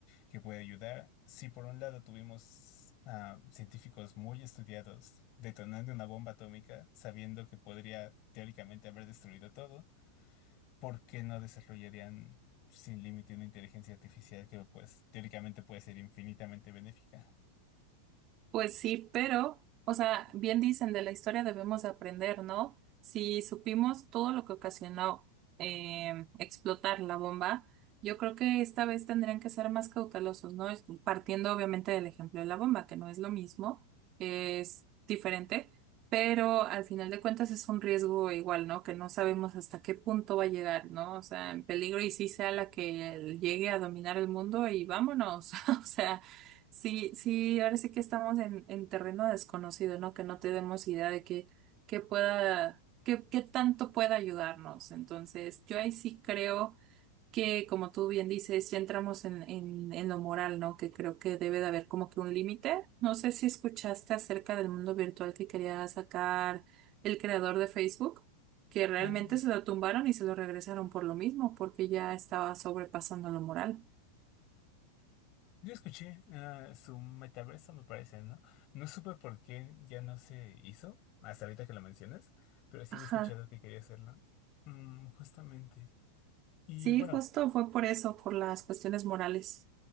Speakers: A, on the left; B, on the right.
A: que puede ayudar. Si por un lado tuvimos a científicos muy estudiados detonando una bomba atómica, sabiendo que podría teóricamente haber destruido todo, ¿por qué no desarrollarían sin límite una inteligencia artificial que pues teóricamente puede ser infinitamente benéfica?
B: Pues sí, pero, o sea, bien dicen, de la historia debemos de aprender, ¿no? Si supimos todo lo que ocasionó eh, explotar la bomba, yo creo que esta vez tendrían que ser más cautelosos, ¿no? Es- Partiendo obviamente del ejemplo de la bomba, que no es lo mismo, es diferente, pero al final de cuentas es un riesgo igual, ¿no? Que no sabemos hasta qué punto va a llegar, ¿no? O sea, en peligro y sí sea la que llegue a dominar el mundo y vámonos, <laughs> o sea. Sí, sí, ahora sí que estamos en, en terreno desconocido, ¿no? Que no tenemos idea de qué, qué pueda, qué, qué tanto pueda ayudarnos. Entonces, yo ahí sí creo que, como tú bien dices, ya entramos en, en, en lo moral, ¿no? Que creo que debe de haber como que un límite. No sé si escuchaste acerca del mundo virtual que quería sacar el creador de Facebook, que realmente
A: Ah,
B: se lo tumbaron y se lo regresaron por lo mismo, porque ya estaba sobrepasando lo moral.
A: Yo escuché ah, su metaverso, me parece, ¿no? No supe por qué ya no se hizo, hasta ahorita que lo mencionas, pero sí
B: Ajá.
A: había escuchado que quería hacerlo. Mm, justamente. Y
B: Sí,
A: bueno,
B: justo fue por eso, por las cuestiones morales.